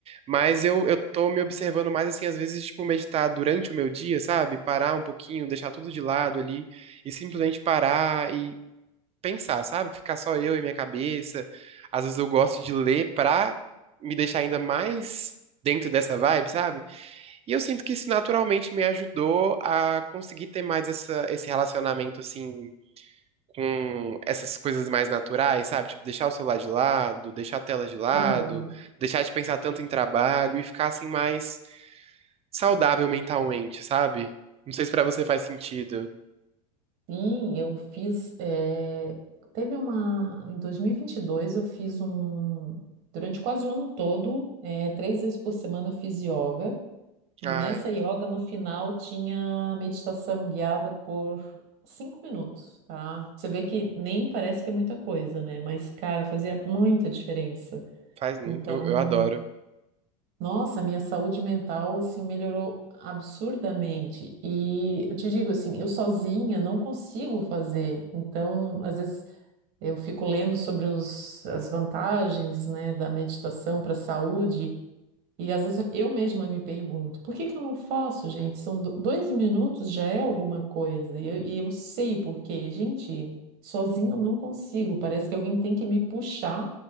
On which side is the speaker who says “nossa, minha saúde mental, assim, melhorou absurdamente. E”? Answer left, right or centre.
Right